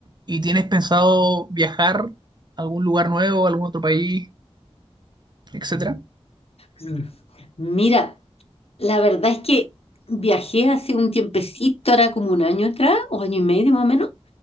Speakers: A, on the right; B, on the left.
A: ¿Y tienes pensado viajar a algún lugar nuevo, a algún otro país, etcétera?
B: Mm. Mira, la verdad es que viajé hace un tiempecito, era como un año atrás, o año y medio más o menos,